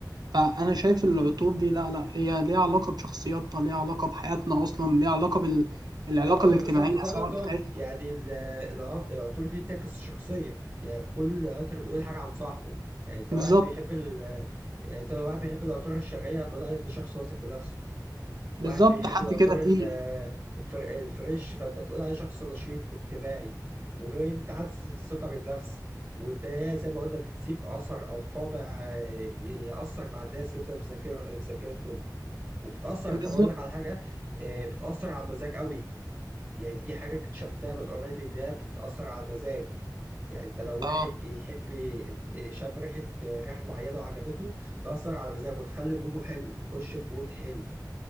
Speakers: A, on the right (about 65°); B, on the right (about 30°).
A: فانا شايف العطور دي لا لا هي ليها علاقه بشخصياتنا ليها علاقه بحياتنا اصلا ليها علاقه بال... العلاقه
B: ايوه
A: الاجتماعيه
B: بالظبط زي ما
A: سواء
B: انت
A: بتاعت
B: قلت يعني ال- ال- العطور دي بتعكس الشخصيه يعني كل عطر بيقول حاجه عن صاحبه يعني انت
A: بالظبط
B: واحد بيحب ال يعني انت واحد بيحب العطور الشرقيه هتقول عليه ده شخص واثق بنفسه واحد
A: بالظبط
B: بيحب
A: حد
B: العطور
A: كده تقيل
B: ال- الفر- الفريش فانت هتقول عليه شخص نشيط واجتماعي وغير انت عكس الثقه بالنفس وانت زي ما قلنا بتسيب اثر او طابع آه، ياثر مع الناس ويفضل في ذاكر- في ذاكرتهم وبتاثر
A: بالظبط
B: طب اقول لك على حاجه آه، بتاثر على المزاج قوي يعني دي حاجة اكتشفتها من قريب إن هي بتأثر على المزاج يعني أنت لو
A: اه
B: واحد بيحب شم ريحة آه، ريحة معينة وعجبته تأثر على مزاجه وتخلي موده حلو يخش في مود حلو